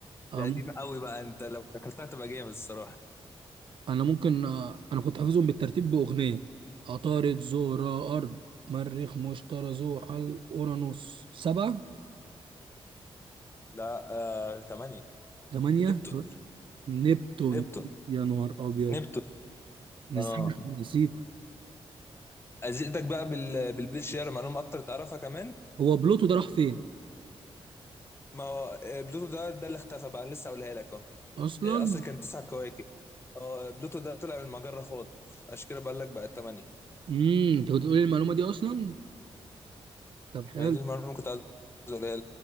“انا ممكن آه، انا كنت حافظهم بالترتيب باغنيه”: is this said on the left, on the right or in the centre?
Right